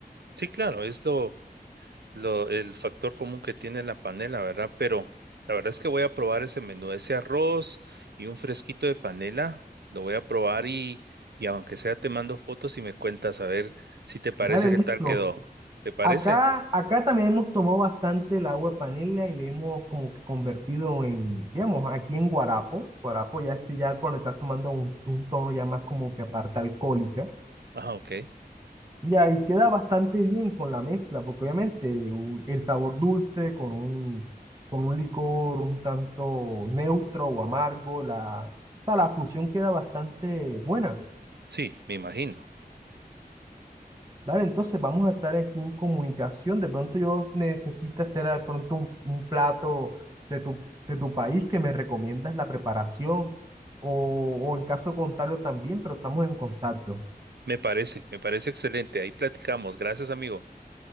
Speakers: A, on the right; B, on the right.
A: Sí, claro, es lo, lo, el factor común que tiene la panela, ¿verdad? Pero la verdad es que voy a probar ese menú, ese arroz y un fresquito de panela, lo voy a probar y, y aunque sea te mando fotos y me cuentas a ver si te parece
B: Dale,
A: qué
B: listo.
A: tal quedó. ¿Te parece?
B: Acá, acá también hemos tomado bastante el agua de panela y le hemos como que convertido en, digamos, aquí en guarapo. Guarapo ya si ya cuando le estás tomando un, un tono ya más como que aparte alcohólica.
A: Ah, ok.
B: Ya, y queda bastante bien con la mezcla, porque obviamente u- el sabor dulce con un, con un licor un tanto neutro o amargo, la, o sea, la fusión queda bastante buena.
A: Sí, me imagino.
B: Dale, entonces vamos a estar aquí en comunicación. De pronto yo necesito hacer de pronto un, un plato de tu, de tu país que me recomiendas la preparación o, o en caso contrario también, pero estamos en contacto.
A: Me parece, me parece excelente. Ahí platicamos. Gracias, amigo.